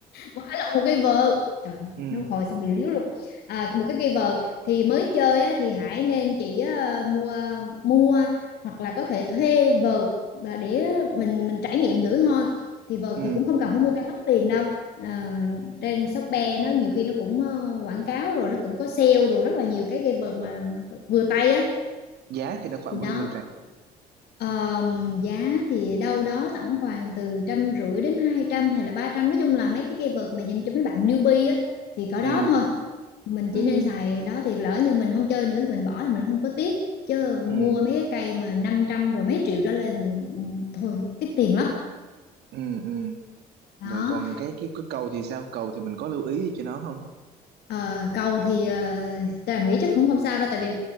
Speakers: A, on the left; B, on the right.
A: một, à, lộn, một cây vợt trời
B: Ừ.
A: nó hồi xong bị liếu luôn à, một cái cây vợt thì mới chơi á, thì Hải nên chỉ ờ, mua mua hoặc là có thể thuê vợt và để mình mình trải nghiệm thử thôi thì vợt
B: Ừ.
A: thì cũng không cần phải mua cây mắc tiền đâu Ờ, trên Shopee nó nhiều khi nó cũng ờ, quảng cáo rồi nó cũng có sale rồi rất là nhiều cái cây vợt mà vừa tay á
B: giá thì nó khoảng
A: thì
B: bao
A: đó
B: nhiêu Trà
A: Ờ, giá thì đâu đó tầm khoảng từ trăm rưỡi đến hai trăm hay là ba trăm nói chung là mấy cái keyword mà dành cho mấy bạn newbie á thì có
B: ừ.
A: đó thôi mình
B: Ừ.
A: chỉ nên xài đó thì lỡ như mình không chơi nữa thì mình bỏ thì mình không có tiếc chứ
B: Ừ.
A: mua mấy cái cây mà 500 rồi mấy triệu trở lên thì, ừ, thôi tiếc tiền lắm
B: Ừ. Ừ.
A: đó
B: Rồi còn cái cái cái cầu thì sao? Cầu thì mình có lưu ý gì cho nó không?
A: Ờ, cầu thì uh, ta nghĩ chắc cũng không sao đâu tại vì